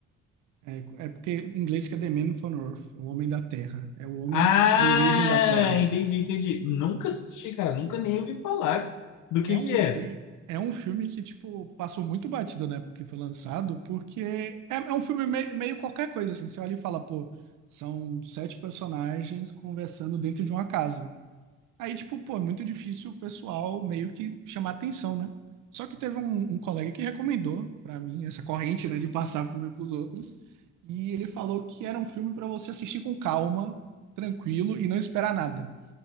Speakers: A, on the right; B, on the left.
A: é, é porque em inglês que é The Man from Earth, o Homem da Terra, é o homem
B: Ah,
A: de origem da Terra.
B: entendi, entendi. Nunca assisti, cara. Nunca nem ouvi falar do que
A: É um
B: que é.
A: filme, é um filme que, tipo, passou muito batido na época que foi lançado, porque é, é um filme me- meio qualquer coisa, assim. Você olha e fala, pô, são sete personagens conversando dentro de uma casa. Aí, tipo, pô, é muito difícil o pessoal meio que chamar atenção, né? Só que teve um, um colega que recomendou pra mim essa corrente, né, de passar filme pros outros. E ele falou que era um filme pra você assistir com calma, tranquilo e não esperar nada.